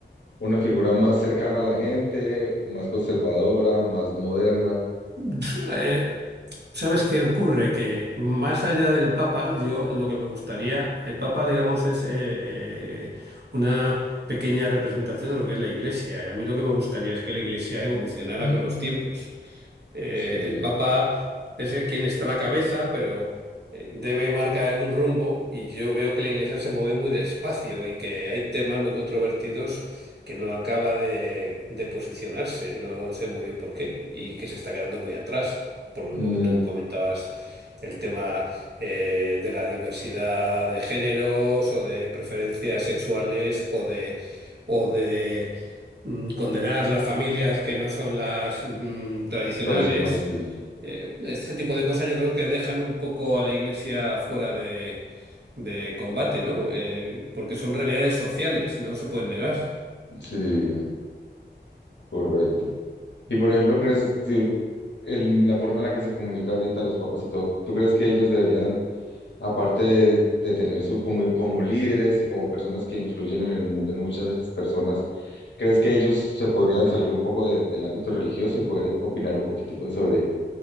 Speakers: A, on the left; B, on the right.
A: una figura más cercana a la gente, más conservadora, más moderna?
B: Pues, eh, ¿sabes qué ocurre? Que más allá del Papa, yo lo que me gustaría, el Papa, digamos, es eh, eh, una pequeña representación de lo que es la Iglesia. A mí lo que me gustaría es que la Iglesia evolucionara
A: <clears throat>
B: con los tiempos. Eh,
A: Sí.
B: el Papa es el quien está a la cabeza, pero eh, debe marcar algún rumbo y yo veo que la Iglesia se mueve muy despacio y que hay temas muy controvertidos que no acaba de, de posicionarse, no sé muy bien por qué, y que se está quedando muy atrás, por
A: Mm,
B: lo que tú comentabas, el tema eh, de la diversidad de géneros o de preferencias sexuales o de... o de mm, condenar las familias que no son las mm, tradicionales.
A: tradicionales, sí,
B: Eh, este tipo de cosas yo creo que dejan un poco a la iglesia fuera de, de combate, ¿no? Eh, porque son realidades sociales, no se pueden negar.
A: sí, sí, correcto. Y por ejemplo, ¿crees si el- la forma en la que se comunica ahorita los papas y todo, ¿tú crees que ellos deberían, aparte de, de tener su, como, como líderes y como personas que influyen en el mundo en muchas personas, ¿crees que ellos se podrían salir un poco de- del ámbito religioso y poder opinar un poquitico sobre